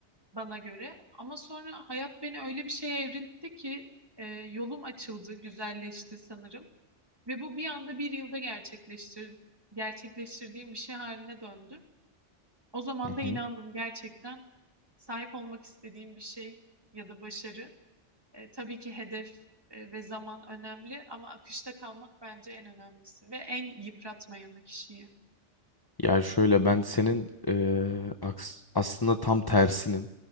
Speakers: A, on the right (about 20°); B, on the left (about 20°).
A: bana göre. Ama sonra hayat beni öyle bir şeye evriltti ki e, yolum açıldı, güzelleşti sanırım. Ve bu bir anda bir yılda gerçekleştir gerçekleştirdiğim bir şey haline döndü. O zaman
B: Hı hı.
A: da inandım gerçekten sahip olmak istediğim bir şey ya da başarı. E, tabii ki hedef e, ve zaman önemli ama akışta kalmak bence en önemlisi ve en yıpratmayanı kişiyi.
B: Yani şöyle ben senin eee, aks- aslında tam tersinim.